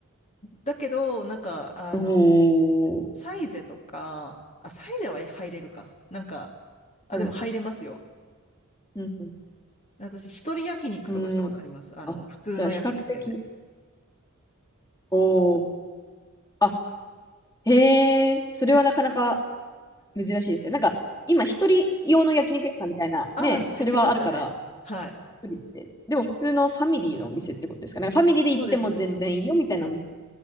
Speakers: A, on the left; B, on the left.
A: だけど、なんか、あの、
B: おー。
A: サイゼとか、あ、サイゼは入れるか。なんか、あ、
B: はい。
A: でも入れますよ。
B: うん。
A: 私、一人焼肉とかしたことあります。
B: うんうん。
A: あの、
B: あ、
A: 普通の焼肉店で。
B: じゃあ比較的、おー。あ、へえ、それはなかなか珍しいですよ。なんか、今、一人用の焼肉屋さんみたいな、
A: <laughs> あ、
B: ね、
A: できましたね。
B: それはあるから、
A: はい。
B: 一人で。でも、普通のファミリーのお店ってことですかね。ファミリーで行っても全然いいよ、
A: あ、そうです。
B: みたいなお店。